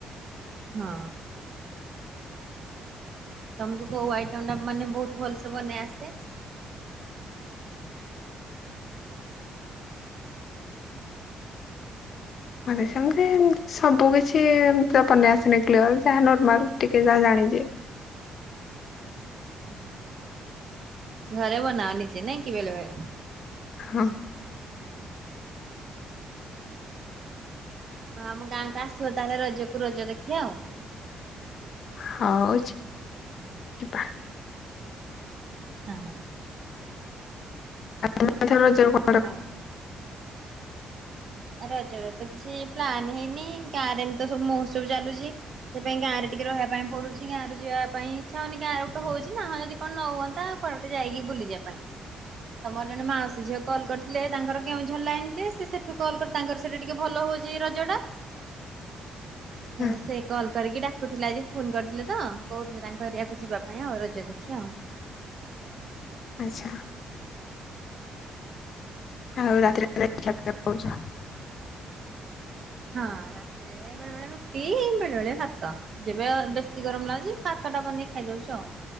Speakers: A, on the right; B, on the left.
A: ହଁ। ତମକୁ କୋଉ ଆଇଟମ୍ ଟା ମାନେ ବହୁତ ଭଲସେ ବନେଇ ଆସେ।
B: ମାତେ
A: ହ୍ୟାଲୋ
B: ସେମିତି। ସବୁ କିଛି ଏମିତି ବନେଇ ଆସନି କ୍ଲିୟର ଯାହା ନର୍ମାଲ ଟିକେ ଯାହା ଜାଣିଛି।
A: ଓ ହା ଘରେ ବନାଅ ନିଜେ ନାଇଁ କି ବେଲେ ବେଳେ।
B: ହଁ।
A: ହଁ ଆମ ଗାଁକୁ ଆସିବ ତାହେଲେ ରଜକୁ ରଜ ଦେଖି ଆଉ।
B: ହଉ ଜି ଜିବା।
A: ହଁ।
B: <unintelligible>
A: ଆଉ କଣ କୁଅ। ରଜ ର ତ କିଛି ପ୍ଲାନ୍ ହେଇନି ଗାଁ ରେ ଏମିତି ତ ସବୁ ମହୋତ୍ସବ ଚାଲୁଛି। ସେ ପାଇଁଁ ଗାଁରେ ଟିକେ ରହିବା ପାଇଁ ପଡୁଛି ଗାଁ ରୁ ଯିଆ ପାଇଁ ଇଚ୍ଛା ହଉନି ଗାଁରେ ଗୋଟ ହଉଛି ନା ହଁ ଯଦି କଣ ନ ହୁଅନ୍ତା। କୁଆଡେ ଗୋଟେ ଯାଇକି ବୁଲିଯିବା ପାଇଁ। ତ ମୋର ଜଣେ ମାଉସୀ ଝିଅ କଲ୍ କରିଥିଲେ ତାଙ୍କର କେଉଁଝର ଲାଇନ୍ ଯେ ସିଏ ସେଠୁ କଲ୍ କରି ତାଙ୍କର ସେଠି ଟିକେ ଭଲ ହଉଛି ରଜ ଟା।
B: ଆଚ୍ଛା
A: ତ ସେ କଲ କରିକି ଡାକୁଥିଲା ଆଜି ଫୋନ କରିଥିଲେ ତ। କହୁଥିଲେ ତାଙ୍କ ଏରିଆକୁ ଯିବା ପାଇଁ ଆଉ ରଜ ଦେଖି ଆଉ।
B: ଆଚ୍ଛା। ଆଉ ରାତିରେ <unintelligible> ଖିଆ କରୁଛ।
A: ହଁ ରାତିରେ ବେଳେବେଳେ ରୁଟି ବେଳେବେଳେ ଭାତ। ଯେବେ ବେଶୀ ଗରମ ଲାଗୁଛି ଭାତ ଟା ବନେଇ ଖାଇ ଦଉଛୁ ଆଉ।